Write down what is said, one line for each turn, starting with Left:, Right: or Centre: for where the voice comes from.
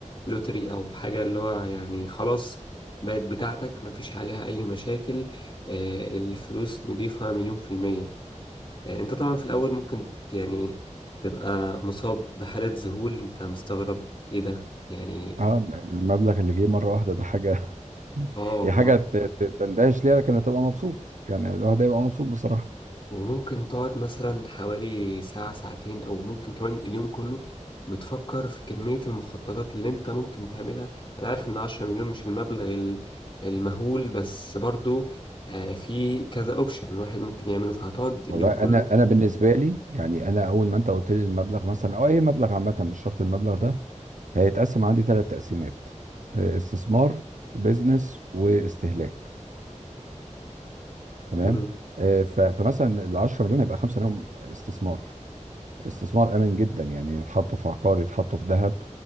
Left: لوتري او حاجة اللي هو يعني خلاص بقت بتاعتك مفيش عليها اي مشاكل آه الفلوس نضيفة مليون في المية آه انت طبعا في الاول ممكن ت- يعني تبقى مصاب بحالة ذهول انت مستغرب ايه ده يعني
Right: اه المبلغ اللي جه مره واحده ده حاجه <laughs>
Left: اه
Right: هي حاجه ت- ت- تندهش ليها لكن هتبقى مبسوط يعني الواحد هيبقى مبسوط بصراحه
Left: وممكن تقعد مثلا حوالي ساعة ساعتين أو ممكن كمان اليوم كله بتفكر في كمية المخططات اللي أنت ممكن تعملها أنا عارف إن عشرة مليون مش المبلغ ال- المهول بس برضو آه، في كذا أوبشن الواحد ممكن يعمله فهتقعد اليوم
Right: والله انا
Left: كله
Right: انا بالنسبه لي يعني انا اول ما انت قلت لي المبلغ مثلا او اي مبلغ عامه مش شرط المبلغ ده هيتقسم عندي ثلاث تقسيمات آه، استثمار بيزنس واستهلاك تمام
Left: مم.
Right: آه، ف- فمثلا ال 10 مليون هيبقى 5 منهم استثمار استثمار امن جدا يعني يتحطوا في عقار يتحطوا في ذهب